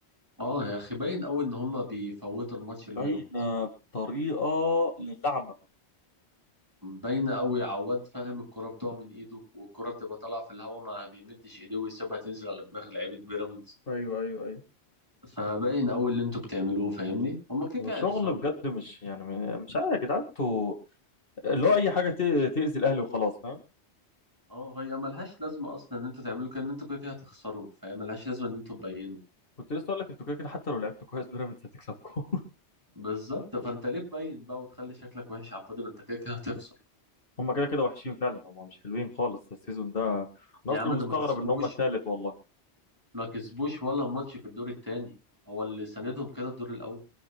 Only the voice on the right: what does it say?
اه يا اخي باين قوي ان هما بيفوتوا الماتش لبيراميدز
باينه قوي عواد فاهم الكرة بتقع من ايده والكرة بتبقى طالعه في الهواء ما بيمدش ايديه ويسيبها تنزل على دماغ لعيبه بيراميدز
فباين قوي اللي انتوا بتعملوه فاهمني هما كده
كده هيخسروا
اه هي ملهاش لازمه اصلا ان انتوا تعملوا كده ان انتوا كده كده هتخسروا فهي ملهاش لازمه ان انتوا تبينوا
بالظبط فانت ليه تبين بقى وتخلي شكلك وحش على الفاضي ما انت كده كده هتخسر
يا
عم
ده ما كسبوش
ما كسبوش ولا ماتش في الدور التاني هو اللي ساندهم كده الدور الاول